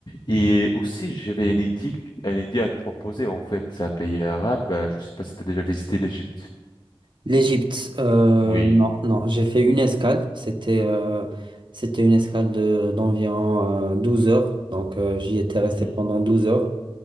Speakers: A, on the left (about 45°); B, on the right (about 50°).
A: Et aussi, j'avais une idée, une idée à te proposer. En fait, c'est un pays arabe. Euh, Je sais pas si tu as déjà visité l'Égypte.
B: L'Égypte, euh,
A: Oui.
B: non, non, j'ai fait une escale. C'était, euh, c'était une escale de, d'environ euh, 12 heures. Donc, euh, j'y étais resté
A: Mhm.
B: pendant 12 heures.